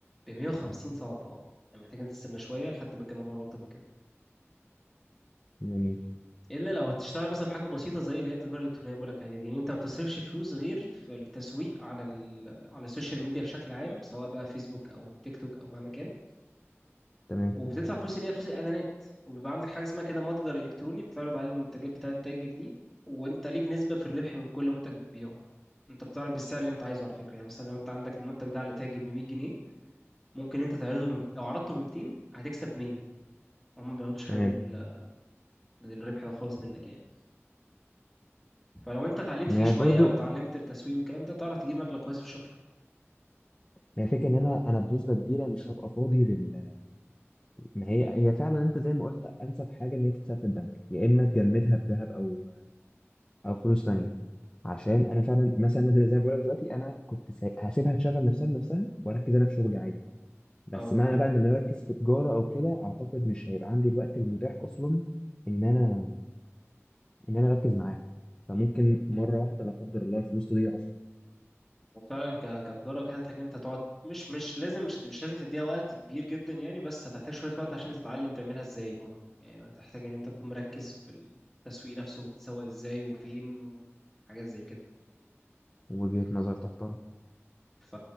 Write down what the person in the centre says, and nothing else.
ب 150 صعب اه يعني محتاج إنك تستنى شويه لحد ما تجمع مبلغ اكتر من كده
الا لو هتشتغل مثلا في حاجه بسيطه زي اللي هي التجاره الالكترونيه بقول لك عليها دي يعني انت ما بتصرفش فلوس غير في التسويق على ال... على السوشيال ميديا بشكل عام سواء بقى فيسبوك او تيك توك او مهما كان
وبتدفع فلوس اللي هي فلوس الاعلانات وبيبقى عندك حاجه اسمها كده متجر الكتروني بتعرض عليه المنتجات بتاعه التاجر دي وانت ليك نسبه في الربح من كل منتج بتبيعه انت بتعرض بالسعر اللي انت عايزه على فكره يعني مثلا لو انت عندك المنتج ده على تاجر ب 100 جنيه ممكن انت تعرضه بم... لو عرضته ب 200 هتكسب 100 هم ما بياخدوش حاجه
من ال... من الربح ده خالص منك يعني فلو انت اتعلمت
فيه شويه
او اتعلمت التسويق والكلام ده تعرف تجيب مبلغ كويس في الشهر
اه
وفعلا ك- كتجارة وكده هتحتاج إن انت تقعد مش مش لازم مش مش لازم تديها وقت كبير جدا يعني بس هتحتاج شوية وقت عشان تتعلم تعملها ازاي برضه يعني هتحتاج ان انت تكون مركز في التسويق نفسه بتسوق ازاي وفين وحاجات زي كده
ف